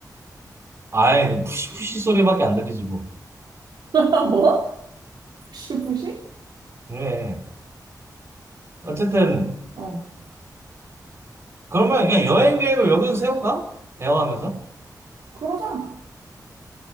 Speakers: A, on the right; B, on the right.
A: 아이 그 푸시푸시 소리밖에 안 들리지 뭐.
B: <laughs> 뭐? 푸시푸시?
A: 그래. 어쨌든
B: 어,
A: 그러면 그냥 여행 계획을 여기서 세울까? 대화하면서?
B: 그러자.